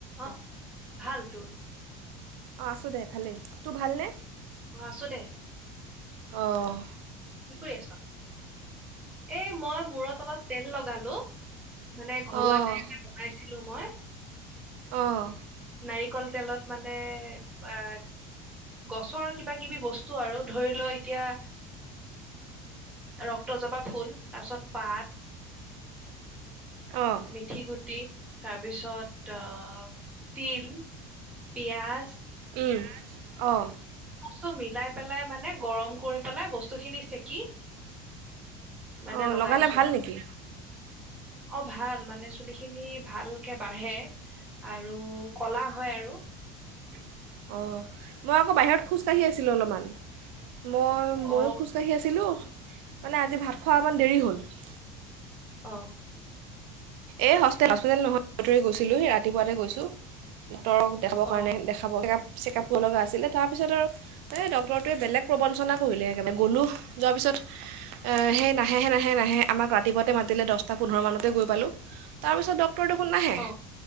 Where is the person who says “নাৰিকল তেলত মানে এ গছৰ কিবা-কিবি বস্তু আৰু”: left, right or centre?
Right